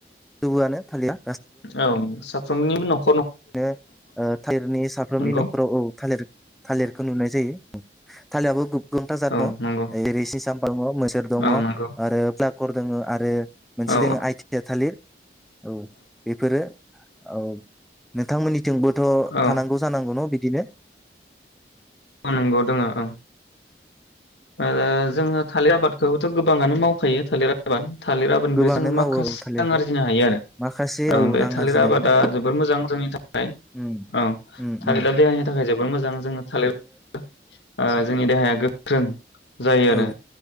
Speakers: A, in the centre; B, on the left.
A: बो आनो थालिरआ।
B: औ साफ्रोमनिबो न'
A: नो ओ थालिरनि साफ्रोमनि
B: नंगौ
A: न'खराव औ थालिर थालिरखौ नुनाय जायो। थाललियाबो गो बांथा जाद
B: औ
A: दङ
B: नंगौ
A: ओरै सि साम्फा दङ मोसोेर दङ
B: औ नंगौ
A: आरो फ्लाग कर दोङो आरो मोनसे
B: औ
A: दोङो आइथिआ थालिर औ बेफोरो औ। नोंथांमोननि थिंबोथ'
B: औ
A: थानांगौ जानांगौ न' बि बिदिनो
B: ओ नोंगौ दङ ओं ओ जोङो थालिर आबाद खौथ गोबाङानो मावखायो थालिर आबाद थालिर आबादनिफ्राय
A: गोबाङानो
B: जोङो
A: मावो
B: माखासे
A: औ थालिरखौ
B: रां आरजिनो हायो आरो
A: माखासे औ
B: ओं बे
A: रां
B: थालिर
A: आरजिनो
B: आबादा
A: हायो
B: जोबोर मोजां जोंनि थाखाय
A: उम
B: औ
A: उम
B: थालिरा
A: उम
B: देहानि थाखाय जोबोर मोजां जोङो थालिर <unintelligible> ओ जोंनि देहाया गोख्रों जायो आरो
A: औ